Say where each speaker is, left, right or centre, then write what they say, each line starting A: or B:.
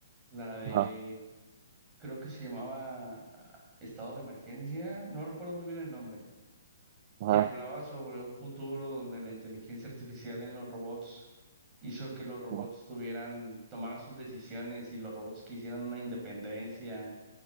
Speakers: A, on the right; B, on the right.
A: la de,
B: ajá,
A: creo que se llamaba ah, Estado de Emergencia, no recuerdo muy bien el nombre
B: ajá,
A: que hablaba sobre un futuro donde la inteligencia artificial en los robots hizo que los robots
B: ajá,
A: tuvieran, tomaran sus decisiones y los robots quisieran una independencia